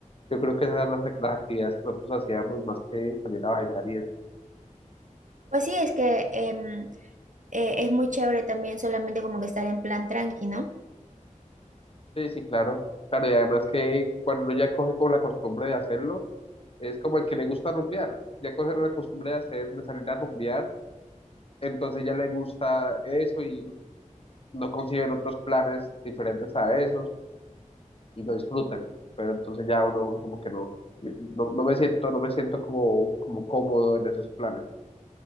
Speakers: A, on the left (about 45°); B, on the right (about 70°).
A: yo creo que esas eran las, las actividades que nosotros hacíamos más que salir a bailar y eso.
B: Pues sí, es que em, eh, es muy chévere también solamente como que estar en plan tranqui, ¿no?
A: Sí, sí, claro, claro, y además que cuando uno ya coge como la costumbre de hacerlo, es como el que le gusta rumbear, ya coge la costumbre de hacer, de salir a rumbear entonces ya le gusta eso y no consiguen otros planes diferentes a esos y lo disfrutan. Pero entonces ya uno como que no, no, no me siento, no me siento como, como cómodo en esos planes.